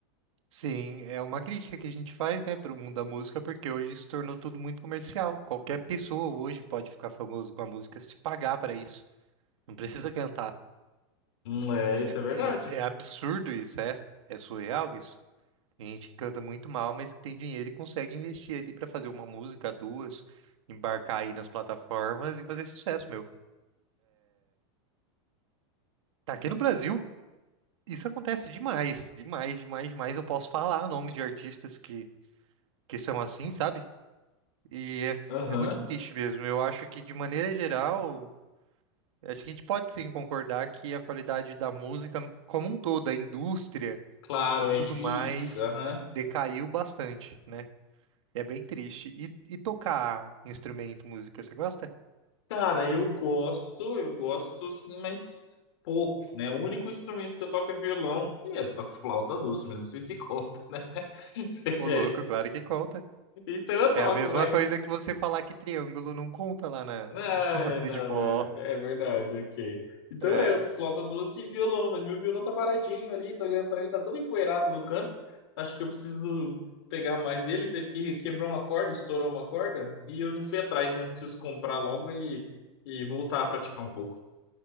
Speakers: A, on the right; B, on the left.
A: Sim, é uma crítica que a gente faz, né, para o mundo da música, porque hoje se tornou tudo muito comercial. Qualquer pessoa hoje pode ficar famoso com a música se pagar para isso. Não precisa cantar.
B: Hum, É, isso é verdade.
A: É, é absurdo isso, é? É surreal isso. Tem gente que canta muito mal, mas que tem dinheiro e consegue investir ali para fazer uma música, duas, embarcar aí nas plataformas e fazer sucesso, meu. Tá aqui no Brasil, isso acontece demais, demais, demais, demais. Eu posso falar nomes de artistas que, que são assim, sabe? E
B: Aham.
A: é, é muito triste mesmo. Eu acho que, de maneira geral, acho que a gente pode sim concordar que a qualidade da música como um todo, a indústria
B: Claro,
A: e tudo
B: é que
A: mais,
B: isso. aham.
A: decaiu bastante, né? É bem triste. E, e tocar instrumento, música, você gosta?
B: Cara, eu gosto, eu gosto sim, mas pouco, né? O único instrumento que eu toco é violão e eu toco flauta doce, mas não sei se conta. <laughs>
A: Ô,
B: é.
A: louco, claro que conta.
B: Então eu
A: É
B: toco,
A: a mesma
B: mas.
A: coisa que você falar que triângulo não conta lá na, <laughs>
B: Ah,
A: na banda
B: é, não,
A: de forró.
B: é, é verdade, ok. Então
A: É.
B: é, eu toco flauta doce e violão, mas meu violão tá paradinho ali, tô olhando pra ele, tá todo empoeirado no canto. Acho que eu preciso pegar mais ele, teve que quebrar uma corda, estourou uma corda e eu não fui atrás, né? Preciso comprar logo e, e voltar a praticar um pouco.